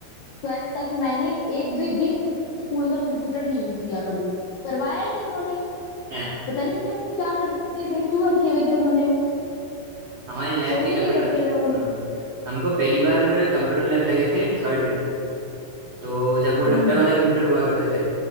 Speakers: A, on the left; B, on the right.
A: ट्वेल्थ तक मैंने एक भी दिन स्कूल का कंप्यूटर नहीं यूज किया कभी करवाया ही नहीं उन्होंने
B: हैं,
A: पता नहीं क्यों क्या करते थे क्यों रखे हुए थे उन्होंने वो
B: हमारी लैब
A: शो
B: थी
A: के
B: कंप्यूटर
A: लिए रखे
B: की
A: हुए होंगे
B: हाँ हमको पहली बार कंप्यूटर लैब लगे थे थर्ड में तो जब वो
A: हम्म
B: डब्बे वाले कंप्यूटर हुआ करते थे